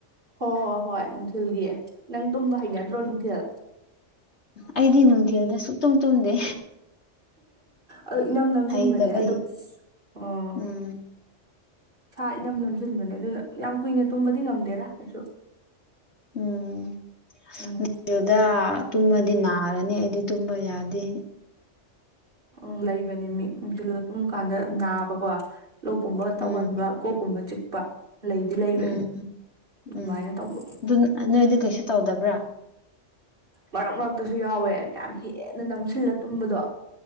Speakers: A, on the right; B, on the left.
A: ꯍꯣ ꯍꯣ ꯍꯣꯏ ꯅꯨꯡꯊꯤꯜꯒꯤ ꯅꯪ ꯇꯨꯝꯕ ꯍꯩꯅꯗ꯭ꯔꯣ
B: ꯎꯝ
A: ꯅꯨꯡꯊꯤꯜ
B: ꯑꯩꯗꯤ ꯅꯨꯡꯊꯤꯜꯗ ꯁꯨꯛꯇꯨꯝ ꯇꯨꯝꯗꯦ
A: ꯑꯗꯨ ꯏꯅꯝ ꯅꯝꯖꯤꯟꯕꯅꯦ
B: ꯍꯩꯇꯕꯩ
A: ꯑꯗꯨ ꯑꯣ
B: ꯎꯝ
A: ꯏꯁꯥ ꯏꯅꯝ ꯅꯝꯖꯤꯟꯕꯅꯦ ꯑꯗꯨꯅ ꯌꯥꯝ ꯀꯨꯏꯅ ꯇꯨꯝꯕꯗꯤ ꯉꯝꯗꯦꯗꯥ ꯑꯩꯁꯨ
B: ꯎꯝ <unintelligible>
A: ꯎꯝ
B: ꯗꯥ ꯇꯨꯝꯃꯗꯤ ꯅꯥꯔꯅꯤ ꯑꯩꯗꯤ ꯇꯨꯝꯕ ꯌꯥꯗꯦ
A: ꯎꯝ ꯂꯩꯕꯅꯤ ꯃꯤ ꯅꯨꯡꯊꯤꯜꯗ ꯇꯨꯝ ꯀꯥꯟꯗ ꯅꯥꯕꯀꯣ ꯂꯣꯛꯀꯨꯝꯕ ꯇꯧꯒꯟꯕ
B: ꯎꯝ
A: ꯀꯣꯛꯀꯨꯝꯕ ꯆꯤꯛꯄ ꯂꯩꯗꯤ ꯂꯩꯕꯅꯦ
B: ꯎꯝ
A: ꯑꯗꯨꯃꯥꯏꯅ
B: ꯎꯝ
A: ꯇꯧꯕ
B: ꯑꯗꯨ ꯑ ꯅꯣꯏꯗꯤ ꯀꯩꯁꯨ ꯇꯧꯗꯕ꯭ꯔꯥ
A: ꯃꯔꯛ ꯃꯔꯛꯇꯁꯨ ꯌꯥꯎꯋꯦ ꯌꯥꯝ ꯍꯦꯟꯅ ꯅꯝꯁꯤꯜꯂ ꯇꯨꯝꯕꯗꯣ